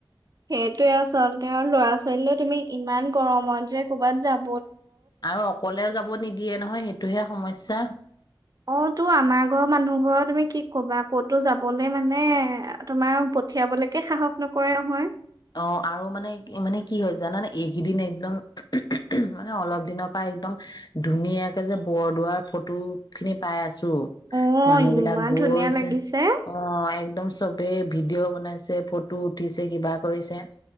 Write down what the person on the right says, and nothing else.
সেইটোয়ে আচলতে ল'ৰা ছোৱালী তুমি ইমান গৰমত যে ক'বাত যাব
অ' তো আমাৰ ঘৰৰ মানুহ ঘৰৰ তুমি কি কবা ক'তো যাবলৈ মানে তোমাৰ পঠিয়াবলৈকে সাহস নকৰে নহয়।
অ
ইমান
ধুনীয়া লাগিছে